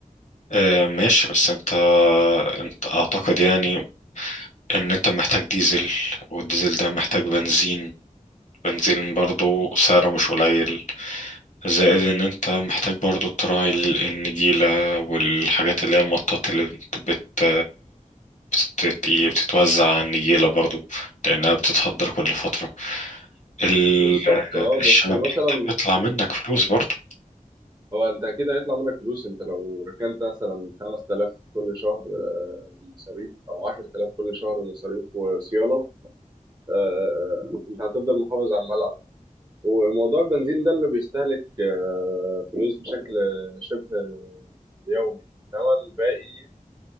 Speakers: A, on the left; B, on the right.
A: أه ماشي بس انت انت اعتقد يعني ان انت محتاج ديزل والديزل ده محتاج بنزين بنزين برضه سعره مش قليل زائد ان انت محتاج برضو تراعي ال- النجيلة والحاجات اللي هي المطاط اللي بت بت بتت- إيه، بتتوزع على النجيلة برضو لانها بتتهدر كل فترة ال-
B: بالظبط اه
A: الشبكة
B: بس مثلا
A: انت بيطلع منك فلوس برضو
B: هو انت اكيد هيطلع منك فلوس انت لو ركنت مثلا 5000 كل شهر آه، مصاريف او 10000 كل شهر مصاريف وصيانه آه، آه، انت هتفضل محافظ على الملعب وموضوع البنزين ده اللي بيستهلك آه، فلوس بشكل شبه يومي انما الباقي